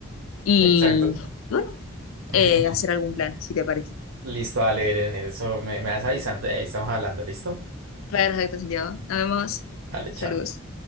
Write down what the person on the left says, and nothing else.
y
bueno,
eh, hacer algún plan, si te parece.
Perfecto, Santiago. Nos vemos.
Saludos.